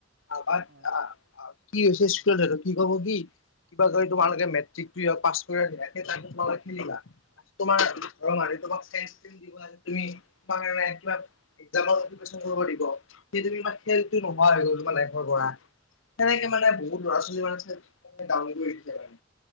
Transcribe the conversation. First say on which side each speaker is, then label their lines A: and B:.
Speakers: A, on the left; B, on the right.
A: আমাৰ
B: হয়
A: আ। কি হৈছে <unintelligible> আৰু কি কব কি। কিবা কৰি তোমালোকে মেট্ৰিক টোৱে পাছ কৰিলা <unintelligible> তোমাৰ
B: হয়
A: ঘৰৰ মানুহই তোমাক <unintelligible> দিব তুমি কিবা। কৰিব দিব কেইদিন মান সেইটো নোহোৱা হৈ গ'ল তোমাৰ লাইৰ পৰা। সেনেকে
B: হয়
A: মানে বহুত ল'ৰা-ছোৱালী মানে ডাঙিছে মানে।